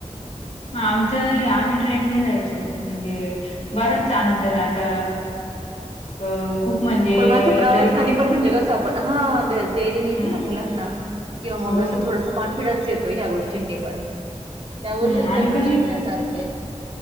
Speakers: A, on the left; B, on the right.
A: आमचं आम्ही ट्रेनने जायचो म्हणजे बरंच आंतर आता अ खूप म्हणजे
B: पण मग असं प्रवासाने
A: तरी किती?
B: पण म्हणजे कसं हा डेअरिंग येते
A: हं,
B: ना मुलांना किंवा मग
A: हो
B: असं
A: ना.
B: थोडंस कॉन्फ फिडन्स येतो ह गोष्टींनी पण त्या गोष्टी
A: हं
B: सुद्धा
A: आणि
B: खूप
A: कशी
B: शिकण्यासारखं आहे.